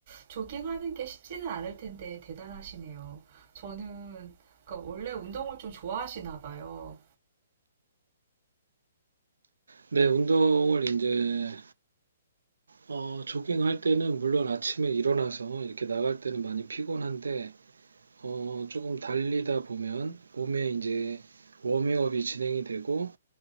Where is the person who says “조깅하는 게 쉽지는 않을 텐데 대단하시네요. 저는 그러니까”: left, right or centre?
Right